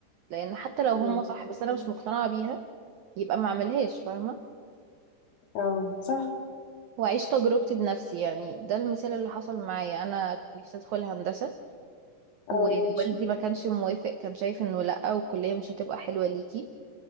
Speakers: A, on the right; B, on the left.
A: لان حتى لو
B: اه
A: هم صح بس انا مش مقتنعة بيها يبقى ما اعملهاش فاهمة
B: آه، صح
A: واعيش تجربتي بنفسي يعني ده المثال اللي حصل معايا انا كان نفسي ادخل هندسه ووالدي
B: اه ماشي
A: ما كانش موافق كان شايف انه لا والكليه مش هتبقى حلوه ليكي